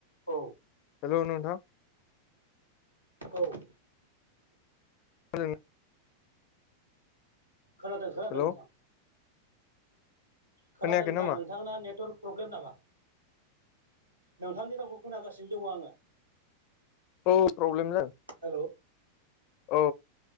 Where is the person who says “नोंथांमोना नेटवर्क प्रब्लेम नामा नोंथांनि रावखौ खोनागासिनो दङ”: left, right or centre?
Right